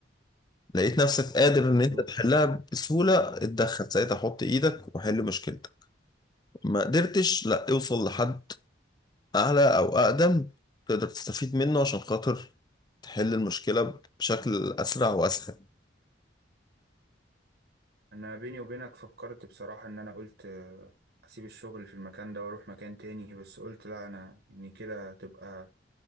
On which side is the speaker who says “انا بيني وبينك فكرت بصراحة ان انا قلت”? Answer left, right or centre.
Right